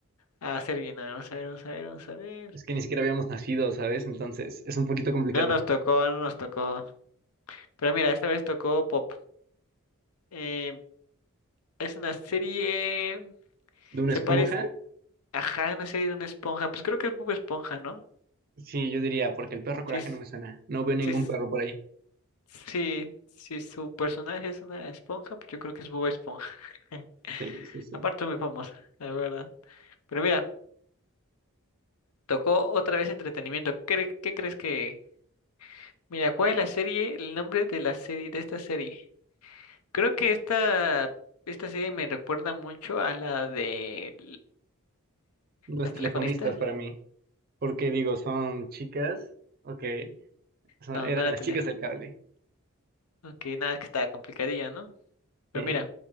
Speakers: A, on the left; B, on the right.
A: a hacer bien. A ver, vamos a ver, vamos a ver, vamos a ver.
B: Es que ni siquiera habíamos nacido, ¿sabes? Entonces es un poquito complicado.
A: No nos tocó, no nos tocó. Pero mira, esta vez tocó Pop. Eh, es una serie.
B: ¿De una
A: Se
B: esponja?
A: parece. Ajá, una serie de una esponja. Pues creo que es Pop Esponja, ¿no?
B: Sí, yo diría, porque el perro coraje
A: Si es,
B: no me suena. No veo ningún
A: si es-
B: perro por ahí.
A: si, si su personaje es una esponja, pues yo creo que es Bob Esponja. <laughs>
B: Sí, sí, sí.
A: Aparte, muy famosa, la verdad. Pero mira, tocó otra vez entretenimiento. ¿Qué, qué crees que.? Mira, ¿cuál es la serie? El nombre de la serie, de esta serie. Creo que esta. Esta serie me recuerda mucho a la de
B: Los
A: ¿Las
B: telefonistas
A: telefonistas?
B: para mí. Porque digo, son chicas. Ok, son-
A: No,
B: eran
A: no era
B: las
A: teléfono.
B: chicas del cable.
A: Ok, nada, que estaba complicadilla, ¿no? Pero
B: Sí.
A: mira,